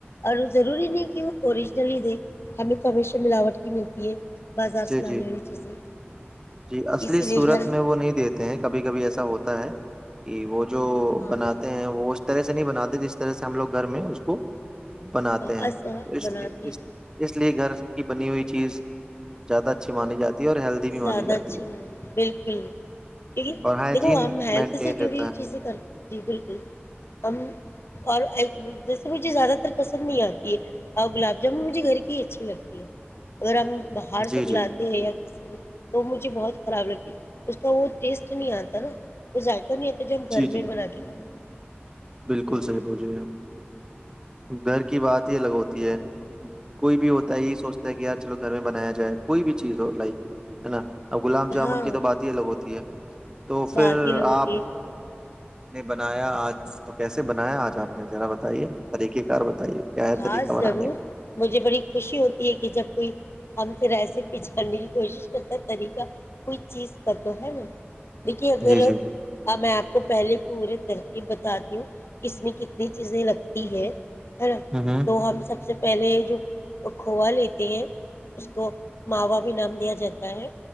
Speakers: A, on the left; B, on the right.
A: اور وہ ضروری نہیں کہ وہ اوریجنل ہی دے ہمیں کو ہمیشہ ملاوٹ کی ملتی ہے بازار
B: جی
A: سے لانے
B: جی
A: والی چیزیں
B: جی اصلی
A: اسی لیے
B: صورت
A: گھر
B: میں وہ نہیں دیتے ہیں کبھی کبھی ایسا ہوتا ہے یہ وہ جو
A: ہاں
B: بناتے ہیں وہ طرح سے نہیں بناتے جس طرح سے ہم لوگ گھر میں اس کو بناتے
A: ہاں
B: ہیں
A: ایسا
B: تو اس
A: بناتے
B: لیے
A: ہیں
B: اس اس لیے گھر کی بنی ہوئی چیز زیادہ اچھی مانی جاتی ہے اور ہیلدی بھی مانی
A: زیادہ
B: جاتی
A: اچھی
B: ہے
A: م بالکل کیونکہ
B: اور ہائجین
A: دیکھو ہم ہیلتھ
B: مینٹین
A: سے جڑی
B: رہتا
A: ہوئی
B: ہے
A: چیزیں کر جی بالکل ہم اور جیسے مجھے زیادہ تر پسند نہیں آتی ہے اور گلاب جامن مجھے گھر کی ہی اچھی لگتی ہے اگر ہم باہر
B: جی
A: سے بلاتے
B: جی
A: ہیں یا کسی تو مجھے بہت خراب لگتی اس کا وہ ٹیسٹ نہیں آتا نا نہیں تو جو ہم گھر
B: جی جی
A: میں بنا کے کھاتے
B: بالکل
A: ہیں
B: صحیح
A: ج
B: بول رہی ہیں گھر کی بات ہی الگ ہوتی ہے کوئی بھی ہوتا ہے یہی سوچتا ہے کہ یار چلو گھر میں بنایا جائے کوئی بھی چیز ہو لائک ہے نا اور گلاب جامن
A: ہاں
B: کی تو بات ہی الگ ہوتی ہے تو
A: بات
B: پھر
A: یہ لوگ ہوتی
B: آپ
A: ہے
B: نہیں بنایا آج تو کیسے بنایا آج آپ نے ذرا بتائیے طریقہ کار بتائیے کیا ہے
A: ہاں
B: طریقہ
A: ضرور
B: بنانے کا
A: مجھے بڑی خوشی ہوتی ہے کہ جب کوئی ہم پھر ایسے پچھاڑنے کی کوشش کرتا طریقہ کوئی چیز کا تو ہے نا دھیی اگر
B: جی جی
A: میںیں کو پہلے پوری ترکیب بتا دوں ک میں کتنی چیزیں لگتی ہے ا
B: ہ ہ
A: تو ہم سب سے پہلے جو کھووا لیتے ہیں اس کو ماوا بھی نام دیا جاتا ہے